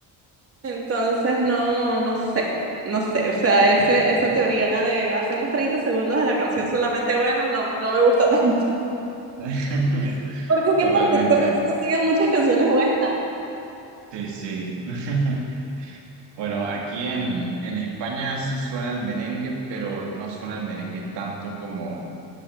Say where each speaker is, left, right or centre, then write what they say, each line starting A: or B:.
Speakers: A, on the right; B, on the right.
A: Entonces, no, no sé, no sé, o sea, ese, esa teoría de hacemos 30 segundos de la canción solamente buena, no, no me gusta tanto.
B: <laughs>
A: <laughs> Porque es que
B: Totalmente.
A: por TikTok uno consigue muchas canciones buenas.
B: Sí, sí. <laughs> Bueno, aquí en, en España sí suena el merengue, pero no suena el merengue tanto como